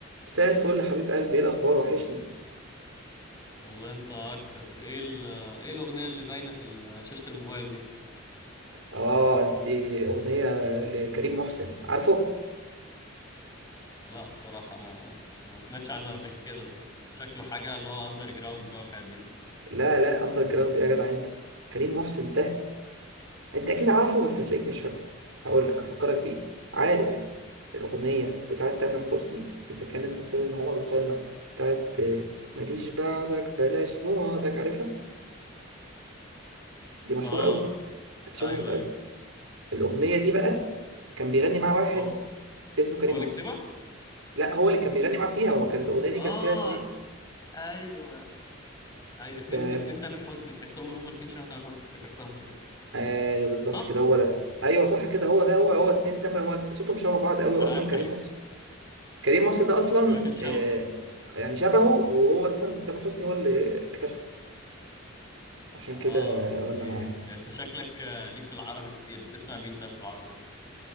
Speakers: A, on the right; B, on the left.
A: مساء الفل يا حبيب قلبي ايه الاخبار وحشني
B: والله انت اكتر ايه ال ايه الاغنيه اللي باينه في ال- شاشه الموبايل دي
A: اه انت اغنيه لكريم محسن عارفه
B: لا الصراحه انا ما سمعتش عنه قبل كده بس شكله حاجه اللي هو اندر جراوند بقى والحاجات دي
A: لا لا اندر جراوند ايه يا جدع انت كريم محسن ده انت اكيد عارفه بس هتلاقيك مش فاكره هقول لك افكرك بيه عارف الاغنيه
B: مم.
A: بتاعت تامر حسني اللي كانت في فيلم عمر وسلمى بتاعت آه، ماليش بعدك بلاش بعدك عارفها دي مشهوره
B: اه
A: قوي اتشهرت
B: ايوه
A: قوي
B: ايوه
A: الاغنيه دي بقى كان بيغني مع واحد
B: هو
A: اسمه كريم
B: هو اللي
A: محسن
B: كاتبها
A: لا هو اللي كان بيغني معاه فيها هو ما كانت الاغنيه دي
B: اه
A: كان فيها اتنين
B: ايوه ايوه اتنين
A: بس
B: اتنين تامر حسني تحسهم هما الاتنين شبه تامر حسني افتكرتها افتكرتها
A: ايوه بالظبط
B: صح
A: كده هو ده ايوه صح كده هو ده هو هو اتنين تمام هو صوتهم شبه بعض قوي واصلا
B: آه.
A: كريم محسن كريم محسن ده
B: <laughs>
A: اصلا
B: هو كان شبه
A: آه يعني شبهه وهو اصلا تامر حسني هو اللي اكتشفه عشان
B: اه
A: كده
B: اوكي
A: غنى معاه
B: انت شكلك آه، ليك في العربي كتير بتسمع مين طيب في العربي